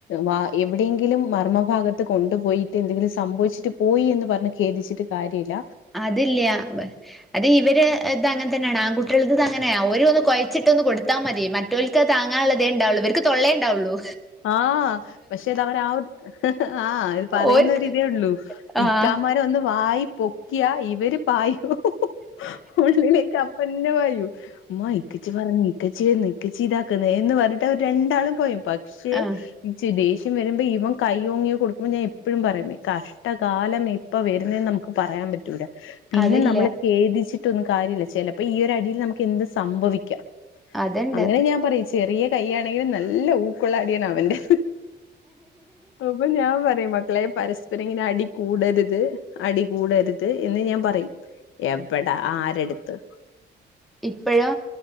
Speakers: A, on the left (about 85°); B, in the centre.
A: വാ എവിടെയെങ്കിലും മർമ ഭാഗത്ത് കൊണ്ട്പോയി ട്ട് എന്തെങ്കിലും സംഭവിച്ചിട്ട് പോയി എന്ന് പറഞ്ഞ് ഖേദിച്ചിട്ട് കാര്യല്ല
B: അതില്ല്യ. അത് ഇവര് ഇത് അങ്ങനെതന്നെയാണ് ആൺകുട്ട്യാൾതിത് അങ്ങനെയ ഓര് ഒന്ന് കൊയച്ചിട്ടൊന്ന് കൊടു ത്താ മതി മറ്റോൽക്ക് അത് താങ്ങാനുള്ളതേണ്ടാവുള്ളൂ ഇവര്ക്ക് തൊള്ളേണ്ടാവുള്ളു.
A: ആഹ് പക്ഷേ അത് അവര് ആ ഒരു ആ ഇത് പറയുന്ന
B: ഓര്ക്ക്
A: ഒരിതേ ഉള്ളൂ.
B: ആഹ്
A: ഇക്കാമാരൊന്ന് വായി പൊക്കിയാ ഇവര് പായും. ഉള്ളിലേക്ക് അപ്പന്നെ പായൂ. മ്മാ ഇക്കച്ചി പറഞ്ഞു ഇക്കച്ചി വര്ന്ന് ഇക്കച്ചി ഇതാക്കുന്നു എന്ന് പറഞ്ഞിട്ട് അവര്. രണ്ടാളും പായും പക്ഷെ
B: ആഹ്
A: ച്ചി ദേഷ്യം വരുമ്പോ ഇവൻ കൈയോങ്ങി കൊടുക്കുമ്പോൾ ഞാൻ എപ്പോഴും പറയും കഷ്ടകാലം എ പ്പൊ വരുന്നേന്ന് നമുക്ക് പറയാൻ പറ്റൂല. പിന്നെ
B: അതില്ല
A: നമ്മള് ഖേദിച്ചിട്ടൊന്നും കാര്യല്ല ചെലപ്പൊ ഈ ഒരു അടിയിൽ നമുക്ക് എന്തും സംഭവിക്കാം.
B: അതുണ്ട്
A: അങ്ങനെ ഞാൻ പറയും ചെറിയ കയ്യാണെങ്കിലും നല്ല ഊക്കൊള്ളടിയാണ് അവന്റെ. അപ്പൊ ഞാൻ പറയും മക്കളെ പരസ് പരം ഇങ്ങനെ അടി കൂടരുത്, അടികൂടരുത് എന്ന് ഞാൻ പറയും. എവടാ ആരെടുത്ത്.
B: ഇപ്പഴ്